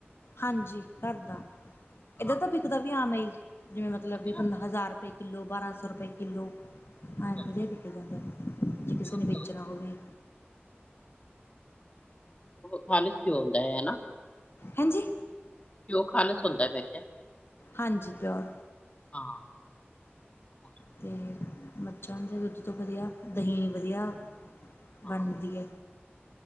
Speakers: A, on the left (about 70°); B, on the left (about 30°).
A: ਹਾਂਜੀ ਘਰ ਦਾ
B: ਹਾਂ
A: ਏਧਰ ਤਾਂ ਬਿਕਦਾ ਵੀ ਆਮ ਹੀ ਜਿਵੇਂ ਮਤਲਬ
B: ਅੱਛਾ
A: ਵੀ ਹਜ਼ਾਰ ਰੁਪ ਕਿੱਲੋ ਬਾਰ੍ਹਾਂ ਸੌ ਰੁਪਏ ਕਿੱਲੋ
B: ਅੱਛਾ
A: ਐ ਦੇ ਬਿਕ ਜਾਂਦਾ ਜੇ ਕਿਸੇ
B: ਪਿਓਰ
A: ਨੇ ਵੇਚਣਾ
B: ਘਿਓ
A: ਹੋਵੇ।
B: ਖਾਲਿਸ ਘਿਉਂ ਹੁੰਦਾ ਹੈ ਨਾ
A: ਹਂਜੀ
B: ਕਿ ਉਹ <inaudible> ਖਾਣ ਹੁੰਦਾ ਮੈਂ ਕਿਹਾ
A: ਹਾਂਜੀ ਪਿਓਰ
B: ਹਾਂ। ਉਹ ਤੇ
A: ਅਤੇ
B: ਹੈ।
A: ਮੱਝਾਂ ਦੇ ਦੁੱਧ ਤੋਂ ਵਧੀਆ ਦਹੀਂ ਵਧੀਆ
B: ਹਾਂ
A: ਬਣਦੀ ਹੈ।